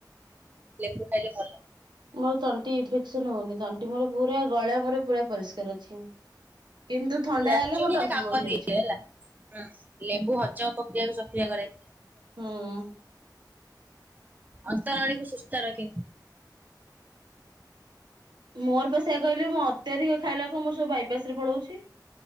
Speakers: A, on the right; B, on the right.
A: ଲେମ୍ବୁ ଖାଇଲେ ଭଲ।
B: ମୋର ତଣ୍ଟି ଇନଫେକ୍ସନ ହଉନି ତଣ୍ଟି ମୋର ପୁରା ଗଳା ମୋର ପୁରା ପରିଷ୍କାର ଅଛି। କିନ୍ତୁ ଥଣ୍ଡା
A: ଆକଚୁଆଲିରେ
B: ହେଲେ ମୋ ଟନସିଲ
A: କାମଦିଏ
B: ବଢି ଯାଉଛି
A: ହେଲା ହଁ ଲେମ୍ବୁ ହଜମ ପ୍ରକ୍ରିୟାକୁ ସକ୍ରିୟ କରେ।
B: ହଁ।
A: ଅନ୍ତନଳୀକୁ ସୁସ୍ଥ ରଖେ।
B: ମୋରପା ସେଇୟା କହିଲି ମୁଁ ଅତ୍ୟଧିକ ଖାଇଲାକୁ ମୋର ସବୁ ବାଇପାସରେ ପଳଉଛି।